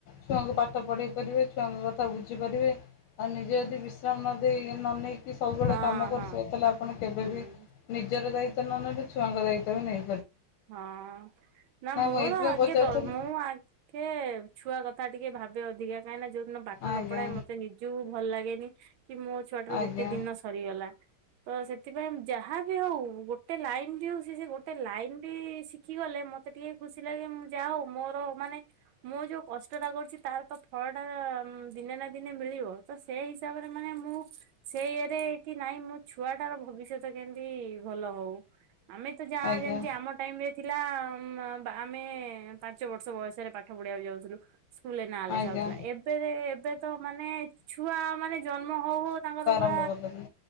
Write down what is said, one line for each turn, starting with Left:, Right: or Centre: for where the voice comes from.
Left: ଛୁଆଙ୍କୁ ପାଠ ପଢେଇ ପାରିବେ, ଛୁଆଙ୍କ କଥା ଥା ବୁଝିପାରିବେ ଆଉ ନିଜେ ଯଦି ବିଶ୍ରାମ ନଦେଇ ନନେଇକି କି ସବୁବେଳେ
Right: ହଁ
Left: କାମ କରୁଥିବେ,
Right: ହଁ
Left: ତାହେଲେ ଆପଣ କେବେ
Right: ହୁଁ।
Left: ବିି ନିଜର ଦାୟିତ୍ୱ ନ ନେଲେ ଛୁଆଙ୍କ ଦାୟିତ୍ୱ ବି ନେଇ
Right: ହଁ। ନା ମୋର
Left: ମୁଁ ଏଇଥିପାଇଁ
Right: ଆଗେ
Left: ପଚାରୁଥିଲି
Right: ଦ ମୁଁ ଆଗେ ଛୁଆ କଥା ଟିକେ ଭାବ ଏବେ ଅଧିକା କାଇଁନା ଯୋଉଦିନ ପାଠ
Left: ଆଜ୍ଞା
Right: ନ ପଢ଼ାଏ ମତେ ନିଜକୁ ଭଲ ଲାଗେନି କି ମୋ ଛୁଆଟାର
Left: ଆଜ୍ଞା
Right: ଗୋଟେ ଦିନ ସରିଗଲା। ତ ସେଥିପାଇଁ ଯାହା ବି ହଉ ଗୋଟେ ଲାଇନ ବି ହଉ ସେ ସେ ଗୋଟେ ଲାଇନ ବି ଶିଖି ଗଲେ ମତେ ଟିକେ ଖୁସି ଲାଗେ ମୁଁ ଯା ହଉ ମୋର ମାନେ ମୁଁ ଯୋଉ କଷ୍ଟଟା କରୁଛି ତାର ତ ଫଳ ଟା ଦିନେ ନା ଦିନେ ମିଳିବ ତ ସେଇ ହିସାବରେ ମାନେ ମୁଁ ସେ ଇରେ କି ନାଇଁ ମୋ ଛୁଆଟାର ଭବିଷ୍ୟତ କେମିତି ଭଲ ହଉ, ଆମେ ତ ଯା
Left: ଆଜ୍ଞା
Right: ଯେମିତି ଆମ ଟାଇମ ରେ ଥିଲା ଆମେ ପାଞ୍ଚ ବର୍ଷ ବୟସରେ ପାଠ ପଢିବାକୁ ଯାଉଥିଲୁ। ସ୍କୁଲରେ ନାଁ ଲେଖା
Left: ଆଜ୍ଞା
Right: ହଉଥିଲା ଏବେ ଏବେ ତ ମାନେ ଛୁଆ ମାନେ ଜନ୍ମ ହଉ ହଉ ତାଙ୍କର ପୁରା
Left: ଭ କରୁ